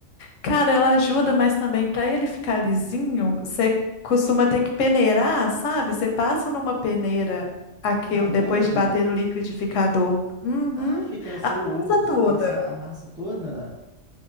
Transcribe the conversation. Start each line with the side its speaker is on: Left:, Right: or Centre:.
Left: Cara, ela ajuda, mas também para ele ficar lisinho, você costuma ter que peneirar, sabe? Você passa numa peneira aquilo
Centre: Ah, o
Left: depois
Centre: ovo?
Left: de bater no liquidificador. Uhum.
Centre: Ah, achei que era só
Left: A
Centre: o ovo.
Left: massa
Centre: Você
Left: toda.
Centre: passa a a massa toda.